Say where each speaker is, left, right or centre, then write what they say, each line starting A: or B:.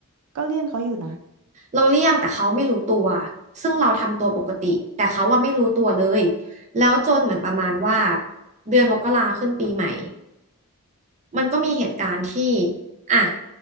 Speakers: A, on the right; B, on the right.
A: ก็เลี่ยงเขาอยู่นะ
B: เราเลี่ยงแต่เขาไม่รู้ตัวซึ่งเราทำตัวปกติแต่เขาว่าไม่รู้ตัวเลยแล้วจนเหมือนประมาณว่าเดือนมกราขึ้นปีใหม่ มันก็มีเหตุการณ์ที่อ่ะ